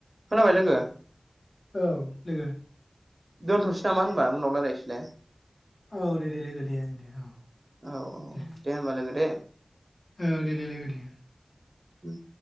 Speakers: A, on the right; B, on the left.
A: खोनाबाय लोगो
B: औ लोगो
A: दोनथ'नोसै नामा होनबा उनाव रायलायसैलाय
B: औ दे दे लोगो दे दे औ
A: औ औ
B: दे।
A: होनबा लोगो दे
B: औ दे दे लोगो दे
A: उम